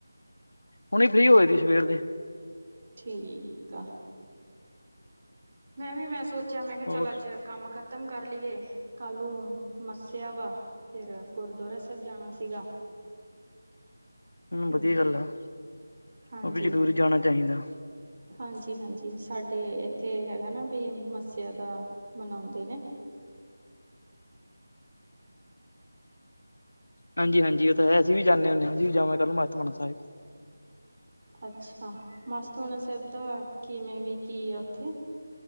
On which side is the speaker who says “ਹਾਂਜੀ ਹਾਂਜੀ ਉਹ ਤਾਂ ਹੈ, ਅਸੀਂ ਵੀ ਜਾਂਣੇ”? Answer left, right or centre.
Left